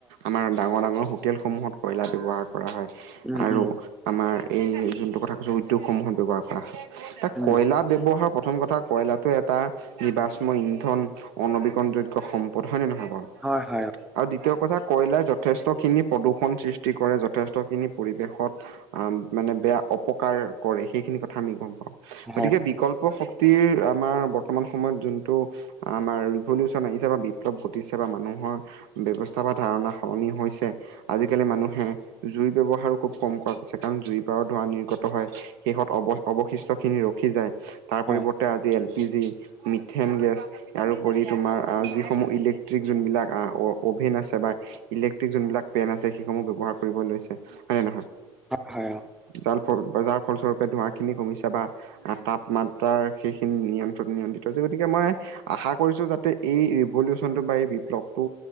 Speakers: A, on the right; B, in the centre.
A: আমাৰ ডাঙৰ হডাঙৰ হোটেলসমূহত কয়লা ব্যৱহাৰ। কৰা হয়
B: উম
A: আৰু
B: উম
A: আমাৰ এই জোনটো কথা কৈছোঁ উদ্যোগ সমূহত ব্যৱহাৰ ব্যৱহাৰ কৰা হয়। এ
B: উম
A: কয়লাৰ ব্যৱহাৰৰ প্ৰথম কথা কয়লাটো এটা জীৱাশ্ম ইন্ধন। অনবীকণ
B: উম।
A: যোগ্য সম্পদ হয়নে নহয় বাৰু।
B: হয় হয়
A: আৰু দ্বিতীয় কথা কয়লাই যথেষ্ট খিনি প্ৰদূষণ সৃষ্টি কৰে যথেষ্ট খিনি পৰিৱেশত আহ, মানে বেয়া অপকাৰ কৰে সেইখিনি কথা আমি গম পাওঁ গতিকে
B: হয়
A: বিকল্প শক্তি তে আমাৰ বৰ্তমান সময়ত যোনটো আমাৰ পলিউচন আহিছে বা বিপ্লৱ ঘটিছে বা মানুহৰ ব্যৱস্থা বা ধাৰণা সলনি হৈছে। আজিকালি মানুহে জুইৰ ব্যৱহাৰো খুব কম কৰা হৈছে কাৰণ জুই পৰাও ধোৱাঁ নি গত হয় শেষত অৱ অৱশিষ্ট খিনি ৰখি যায় তাৰ
B: হয়
A: পৰিৱৰ্তে আজি L P G. Methane gas ইয়াৰোপৰি তোমাৰ যিসমূহ ইলেক্ট্ৰিক যোনবিলাক আ অ অ'ভিন আছে বা ইলেক্ট্ৰিক যোনবিলাক পেন আছে সেইসমূহ ব্যৱহাৰ কৰিব লৈছে হয় নে নহয়
B: হয়
A: যাৰ বজাৰ ফলস্বৰূপে ধোঁৱা খিনি কমি ক বা অ, তাপমাত্ৰাৰ সেইখিনি নিয়ন্ত্ৰণ- নিয়ন্ত্ৰিত যে গতিকে মই আশা কৰিছো যাতে এই ৰিভলিউচনটো বা এই বিপ্লৱটো